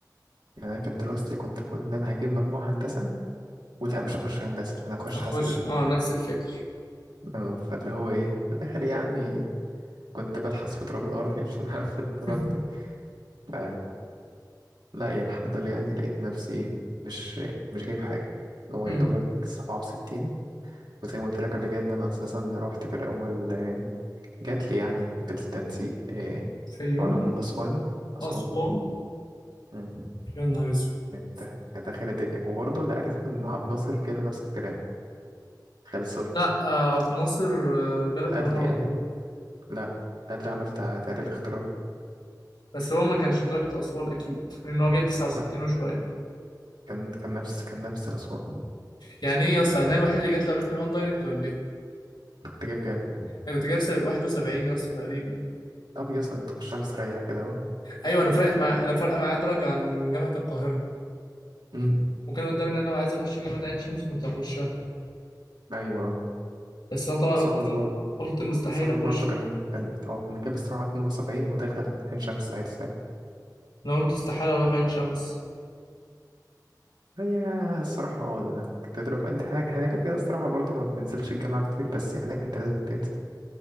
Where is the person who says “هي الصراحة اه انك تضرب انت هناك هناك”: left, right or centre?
Right